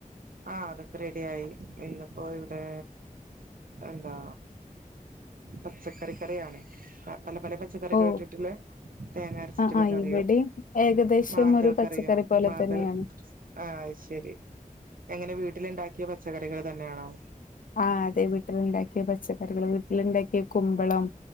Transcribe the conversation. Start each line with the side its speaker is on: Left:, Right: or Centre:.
Right: ആഹ് അതൊക്കെ റെഡിയായി ഇന്ന്പ്പോ ഇവിടെ എന്താ പച്ചക്കറിക്കറിയാണ് പല പല പച്ച കറികേട്ട്ട്ടില്ലേ
Left: ഓ
Right: തേങ്ങ അരഷ്റ്റുള്ള
Left: ആ ആ
Right: കറിയും
Left: ഇവിടെയും ഏകദേശം
Right: മാന്തൾക്കറിയോ
Left: ഒരു പച്ചക്കറി പോലെ
Right: മാന്തൾ
Left: തന്നെയാണ്.
Right: ആഹ് അയ്ശരി എങ്ങനെ വീട്ടില്ണ്ടാക്കിയ പച്ചക്കറികൾ തന്നെയാണോ
Left: ആഹ് അതെ വീട്ടില്ണ്ടാക്കിയ പച്ചക്കറികൾ വീട്ടില്ണ്ടാക്കിയ കുമ്പളം